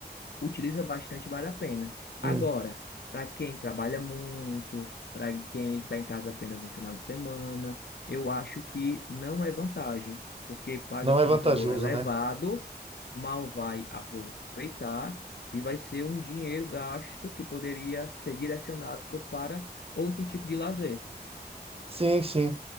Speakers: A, on the left; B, on the right.
A: utiliza bastante, vale a pena.
B: Hum,
A: Agora, para quem trabalha muito, para quem está em casa apenas no final de semana, eu acho que não é vantagem, porque paga-se
B: Não é vantajoso,
A: um valor elevado,
B: né?
A: mal vai aproveitar e vai ser um dinheiro gasto que poderia ser direcionado para outro tipo de lazer.
B: Sim, sim.